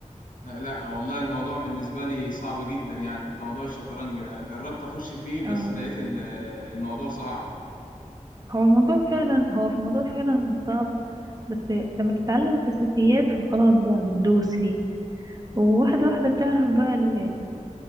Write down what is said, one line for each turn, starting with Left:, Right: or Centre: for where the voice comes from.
Left: آه، لا والله الموضوع بالنسبة لي صعب جدا يعني موضوع الشطرنج ده جربت أخش فيه بس
Right: اه
Left: لقيت ال- الموضوع صعب
Right: هو الموضوع فعلا هو في الموضوع فعلا صعب بس لما تتعلم الاساسيات فخلاص بقى بتدوس فيه وواحدة واحدة بتعرف بقى ال-